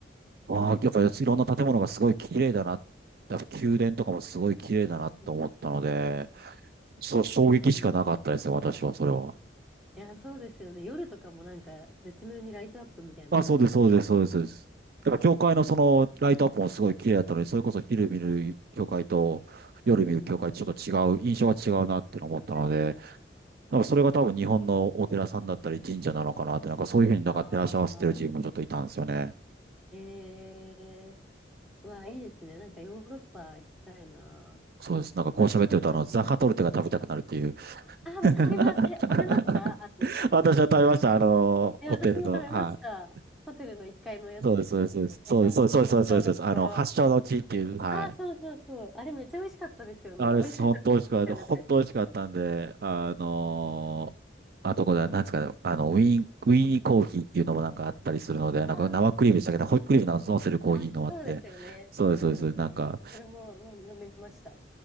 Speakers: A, on the right; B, in the centre.
A: ああ、やっぱりいろんな建物がすごい綺麗だな。やっぱ宮殿とかもすごい綺麗だなと思ったので、
B: うん
A: そう、
B: 確かに。
A: 衝撃しかなかったですよ、
B: い
A: 私は、それは。
B: や、そうですよね。夜とかもなんか絶妙にライトアップみたいなのされてきてるて。
A: あ、そうです、そうです、そうです、
B: ですよ
A: そうです。だから教会のそのライトアップもすごい綺麗だったので、それこそ昼見る教会と夜見る教会ちょっと違う、
B: うんうん。
A: 印象が違うなってのを思ったので、
B: うん確かに。
A: なんかそれが多分日本のお寺さんだったり神社なのかなって、なんかそういうふうになんか照らし合わせてる自分もちょっといたんですよね。
B: ああ。ええー、うわ、いいですね。なんかヨーロッパ行きたいな。
A: そうです。なんかこう喋ってると、
B: <laughs>
A: あの、ザカトルテが食べたくなるっていう。
B: あ、
A: <laughs>
B: わかります。え、食べましたあの、
A: 私は食べました、あの、ホテルの。
B: え、私も食べました。
A: はい。
B: ホテルの1階のやつですよね。
A: そうです、そうです、そうです、
B: なんか、
A: そうです、そうです、
B: 発祥のところ。
A: そうです、そうです、そうです、あの、発祥の地っていう、はい。
B: あ、そうそうそう。あれめっちゃ美味しかったですよね。
A: あれ、
B: 美味しかったですよねとか言って。
A: 本当美味しかった。本当美味しかったんで、あのーあとこれは、なんですかね、あの、ウィーン、ウィーニーコーヒーっていうのもなんかあったりするので、
B: あー
A: なんか生クリームでしたけど、ホイップクリームなんか乗せるコーヒーのもあって、
B: あ、そうですよね。
A: そうです、
B: うんうんうんうん。
A: そうです。なんか、
B: それもうん飲みました。